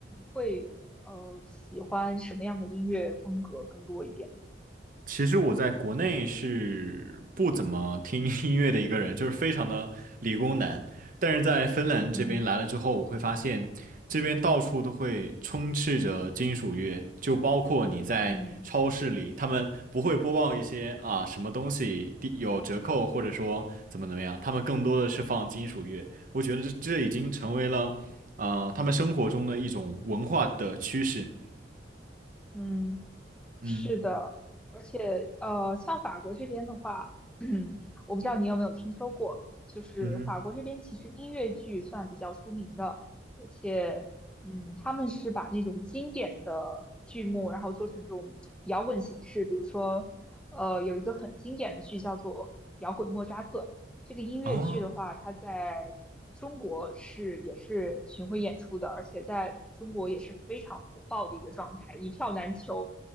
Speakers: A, in the centre; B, on the right (about 45°).
A: 会呃喜欢什么样的音乐风格更多一点呢？
B: 其实我在国内是不怎么听 <laughs> 音乐的一个人，就是非常的理工男。但是在芬兰这边来了之后，
A: 嗯。
B: 我会发现这边到处都会充斥着金属乐，就包括你在超市里，
A: 嗯
B: 他们不会播报一些啊什么东西低有折扣，或者说怎么怎么样，他们更多的是放金属乐。我觉得这这已经成为了呃他们生活中的一种文化的趋势。
A: 嗯，
B: 嗯
A: 是的，而且呃，像法国这边的话，<clears throat> 我不知道你有没有听说过，就是法国这边其实音乐剧算比较出名的，
B: 嗯
A: 而且嗯，他们是把那种经典的剧目，然后做成这种摇滚形式，比如说呃，有一个很经典的剧叫做《摇滚莫扎特》，这个音乐剧的话，
B: 啊，
A: 它在中国是也是巡回演出的，而且在中国也是非常火爆的一个状态，一票难求。